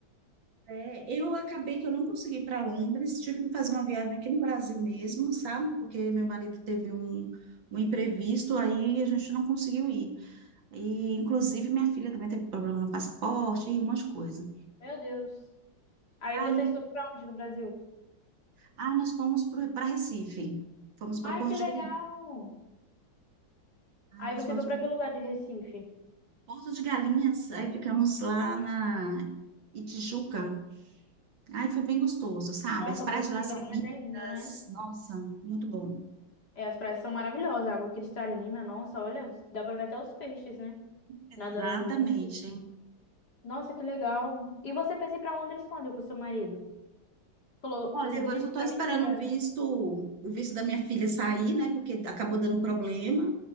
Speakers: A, on the right (about 75°); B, on the left (about 55°).
A: É, eu acabei que eu não consegui ir para Londres, tive que fazer uma viagem aqui no Brasil mesmo, sabe? Porque meu marido teve um, um imprevisto, aí a gente não conseguiu ir. E, inclusive, minha filha também teve problema no passaporte e umas coisas.
B: Meu Deus. Aí
A: Aí,
B: vocês foram para onde no Brasil?
A: ah, nós fomos para Recife, fomos para
B: Ai,
A: Porto
B: que legal.
A: de Galinhas, aí
B: Aí
A: nós
B: você
A: fomos
B: foi para
A: para
B: que lugar de Recife?
A: Porto de Galinhas, aí ficamos lá na Itijuca, Ai, foi bem gostoso, sabe?
B: Nossa,
A: As praias
B: Porto
A: de lá
B: de
A: são
B: Galinhas
A: lindas.
B: é lindo, né?
A: Nossa, muito bom.
B: É, as praias são maravilhosas, água cristalina, nossa, olha, dá para ver até os peixes, né?
A: Exatamente.
B: Nadando junto. Nossa, que legal. E você pensa em ir pra Londres quando com seu marido? Falou,
A: Olha,
B: você
A: agora
B: disse
A: eu só estou
B: pra
A: esperando
B: mim que ia
A: o visto, o visto da minha filha sair, né? Porque acabou dando problema.